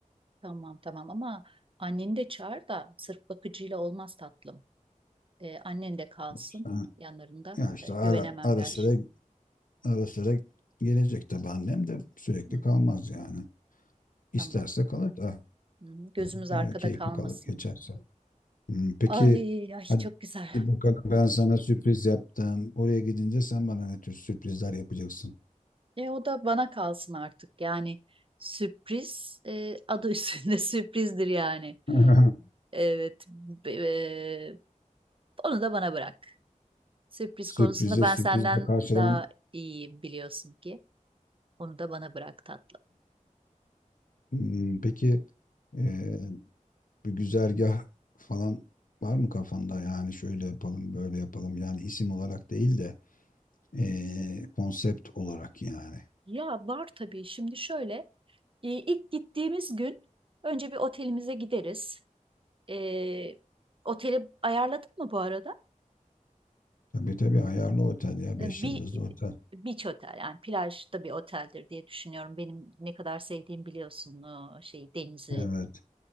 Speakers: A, on the right; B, on the left.
A: Tamam tamam ama anneni de çağır da sırf bakıcıyla olmaz tatlım. E, annen de kalsın
B: İşte,
A: yanlarında
B: ya işte
A: E, güvenemem
B: ara, ara
A: ben.
B: sıra ara sıra gelecek tabii annem de sürekli
A: Hı hı.
B: kalmaz yani. İsterse
A: Tamam.
B: kalır da
A: Hı hı, Gözümüz arkada
B: ya, keyfi
A: kalmasın.
B: kalır geçerse. Hmm, Peki
A: Ay ay
B: hadi
A: çok güzel.
B: bakalım ben sana sürpriz yaptım. Oraya gidince sen bana ne tür sürprizler yapacaksın?
A: E o da bana kalsın artık. Yani sürpriz e, adı üstünde <laughs> sürprizdir yani.
B: <laughs>
A: Evet. b- e, onu da bana bırak. Sürpriz
B: Sürprize
A: konusunda ben
B: sürprizle
A: senden
B: karşılan.
A: daha iyiyim biliyorsun ki. Onu da bana bırak tatlım.
B: Hmm, Peki eee, bir güzergah falan var mı kafanda? Yani şöyle yapalım, böyle yapalım. Yani isim olarak değil de eee, konsept olarak yani.
A: Ya var tabii. Şimdi şöyle e, ilk gittiğimiz gün önce bir otelimize gideriz. E, oteli ayarladın mı bu arada?
B: Tabii tabii ayarlı otel ya.
A: E,
B: Beş
A: Bir
B: yıldızlı otel.
A: beach otel yani plajda bir oteldir diye düşünüyorum. Benim ne kadar sevdiğim biliyorsun e, şey denizi,
B: Evet.